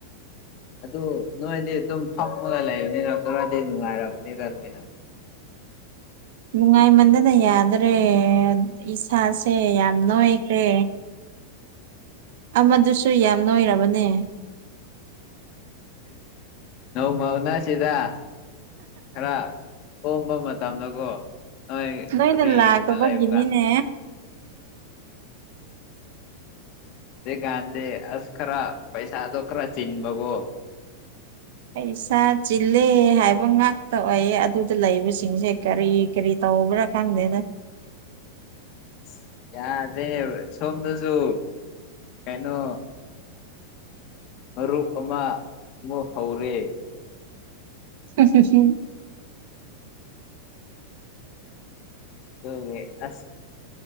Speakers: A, on the left (about 45°); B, on the right (about 65°).
A: ꯑꯗꯨ ꯅꯣꯏꯗꯤ ꯑꯗꯨꯝ ꯐꯝꯃꯒ ꯂꯩꯕꯅꯤꯅ ꯈꯔꯗꯤ ꯅꯨꯡꯉꯥꯏꯔꯝꯅꯤꯗ ꯅꯣꯏꯅ
B: ꯅꯨꯡꯉꯥꯏꯃꯟꯗꯅ ꯌꯥꯗ꯭ꯔꯦ ꯏꯁꯥꯁꯦ ꯌꯥꯝ ꯅꯣꯏꯈ꯭ꯔꯦ ꯑꯃꯗꯨꯁꯨ ꯌꯥꯝ ꯅꯣꯏꯔꯕꯅꯦ
A: ꯅꯣꯡꯃ ꯎꯅꯁꯤꯗ ꯈꯔ ꯀꯣꯝꯕ ꯃꯇꯝꯗꯀꯣ ꯅꯣꯏ
B: ꯅꯣꯏꯅ
A: ꯐ꯭ꯔꯤꯒꯨꯝꯕ
B: ꯂꯥꯛꯇꯕꯒꯤꯅꯤꯅꯦ
A: ꯂꯩꯕ ꯀꯥꯟ ꯍꯧꯖꯤꯛ ꯒꯥꯟꯗꯤ ꯑꯁ ꯈꯔ ꯄꯩꯁꯥꯗꯣ ꯈꯔ ꯆꯤꯟꯕꯒꯣ
B: ꯄꯩꯁꯥ ꯆꯤꯜꯂꯦ ꯍꯥꯏꯕ ꯉꯥꯛꯇ ꯑꯣꯏꯌꯦ ꯑꯗꯨꯗ ꯂꯩꯕꯁꯤꯡꯁꯦ ꯀꯔꯤ ꯀꯔꯤ ꯇꯧꯕ꯭ꯔꯥ ꯈꯪꯗꯦꯗ
A: ꯑꯁ ꯌꯥꯗ꯭ꯔꯦ ꯁꯣꯝꯗꯁꯨ ꯀꯩꯅꯣ ꯃꯔꯨꯞ ꯑꯃ ꯑꯃꯨꯛ ꯍꯧꯔꯦ
B: <unintelligible>
A: ꯑꯗꯨꯒꯤ ꯑꯁ